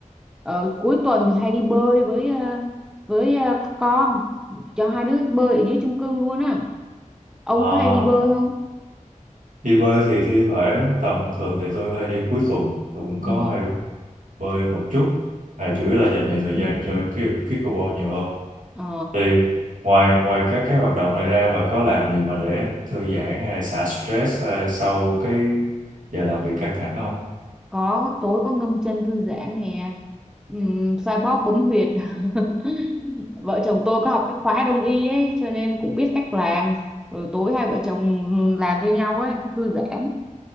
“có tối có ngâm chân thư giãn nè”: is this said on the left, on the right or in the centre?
Centre